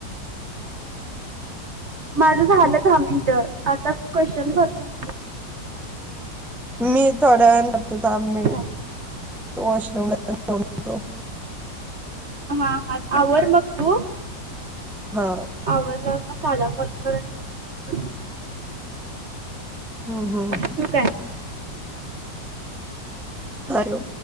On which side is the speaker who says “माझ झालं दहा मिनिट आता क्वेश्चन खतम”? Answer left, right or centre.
Right